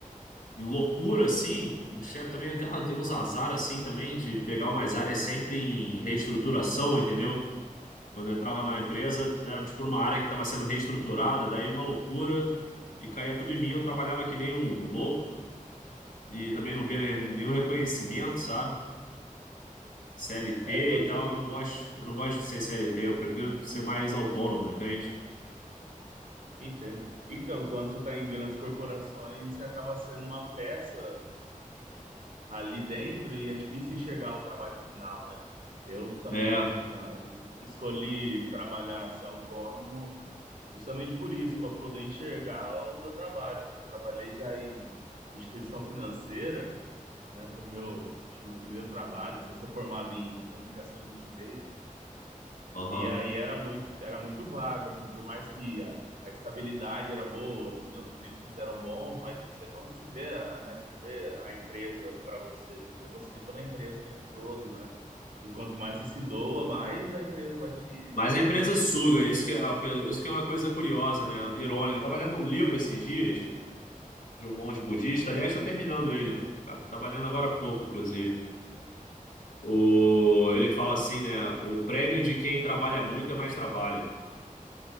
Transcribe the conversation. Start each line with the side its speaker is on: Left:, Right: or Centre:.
Left: de loucura, assim, o chefe também até, ah, deu uns azar, assim, também, de pegar umas áreas sempre em reestruturação, entendeu? Quando eu entrava na empresa, era, tipo, uma área que estava sendo reestruturada, daí uma loucura, e caía tudo em mim, eu trabalhava que nem um louco, e também não via nenhum nenhum reconhecimento, sabe? CLT
Right: É, quando
Left: e tal,
Right: você.
Left: eu não gosto, eu não gosto de ser CLT, eu prefiro ser mais autônomo, entende?
Right: Entendo. Então, quando você está em grandes corporações, você acaba sendo uma peça ali dentro e é difícil enxergar o trabalho final, né? Eu também
Left: É,
Right: né, es- escolhi trabalhar ser autônomo justamente por isso, para poder enxergar o meu trabalho. Assim, eu trabalhei já em instituição financeira, né? Foi meu, acho que meu primeiro trabalho. Assim, eu sou formado em comunicação e multimeios,
Left: Aham.
Right: e aí era muito, era muito vago, assim, por mais que a, a estabilidade era boa, assim, né, os benefícios eram bons, mas você não se vê, a- né, você não vê a empresa para você, você vê você pela empresa o tempo todo, né? E quanto mais você se doa, mais a empresa vai te...
Left: Mas a empresa suga, isso que, é a pe- isso que é uma coisa curiosa, né? Irônica. Eu tava lendo um livro esses dias de um monge budista. Aliás, estou terminando ele. Tá- Tava lendo agora há pouco, inclusive. O, ele fala assim, né? O prêmio de quem trabalha muito é mais trabalho.